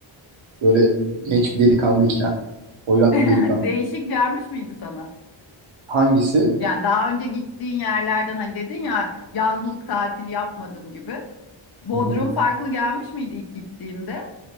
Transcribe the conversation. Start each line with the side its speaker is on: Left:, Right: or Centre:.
Right: böyle genç bir delikanlıyken, hoyrat
Left: <laughs>
Right: bir delikanlı.
Left: Değişik gelmiş miydi sana?
Right: Hangisi?
Left: Yani daha önce gittiğin yerlerden hani dedin ya yazlık tatil yapmadım gibi. Bodrum
Right: Hı hı.
Left: farklı gelmiş miydi ilk gittiğinde?